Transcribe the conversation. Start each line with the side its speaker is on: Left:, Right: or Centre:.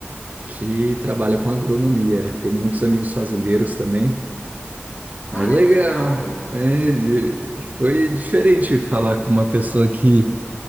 Right: que trabalha com agronomia. Tenho muitos amigos fazendeiros também. Mas
Left: Ai,
Right: legal.
Left: que legal!
Right: né? É, de- foi diferente falar com uma pessoa que